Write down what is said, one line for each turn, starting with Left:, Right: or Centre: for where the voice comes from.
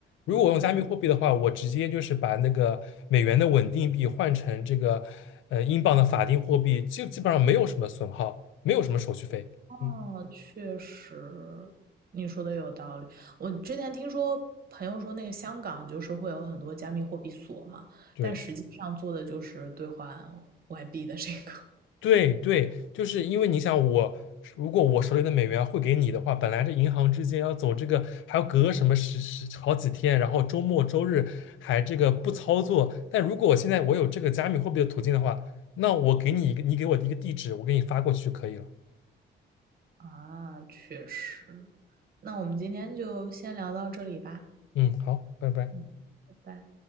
Left: 如果我用加密货币的话，
Right: 嗯，
Left: 我直接就是把那个美元的稳定币换成这个呃英镑的法定货币，基基本上没有什么损耗，没有什么手续费，
Right: 哦，
Left: 嗯，
Right: 确实，你说的有道理。我之前听说朋友说，那个香港就是会有很多加密货币所嘛，
Left: 对。
Right: 但实际上做的就是兑换外币的这个。<laughs>
Left: 对对，就是因为你想我，如果我手里的美元会给你的话，本来这银行之间要走这个，还要隔什么十十好几天，然后周末周日还这个不操作。但如果我现在我有这个加密货币的途径的话，那我给你一个，你给我的一个地址，我给你发过去就可以了。
Right: 啊，确实。那我们今天就先聊到这里吧。
Left: 嗯，好，拜拜。
Right: 嗯，拜拜。